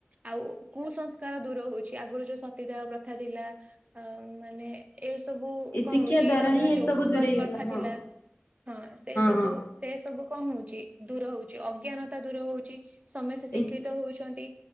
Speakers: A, on the right (about 35°); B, on the left (about 65°).
A: ଆଉ କୁସଂସ୍କାର ଦୂର ହୁଏ। ଯେ ଆଗରୁ ଯୋଉ ସତୀଦାହ ପ୍ରଥା ଥିଲା ମାନେ ଏ ସବୁ
B: ଏ
A: କଣ
B: ଶିକ୍ଷା
A: ହଉଛି
B: ଦ୍ଵାରା
A: ଆମର
B: ହିଁ ଏସବୁ
A: ଯୌତୁକ
B: ଦୂରେଇ
A: ପ୍ରଥା
B: ଗଲା ହଁ
A: ଥିଲା ହଁ ସେ ସବୁ
B: ହଁ
A: ସେ ସବୁ କଣ ହଉଛି ଦୂର ହଉଛି, ଅଜ୍ଞାନତା ଦୂର ହଉଛି, ସମସ୍ତେ ଶିକ୍ଷିତ
B: ଏ
A: ହଉଛନ୍ତି।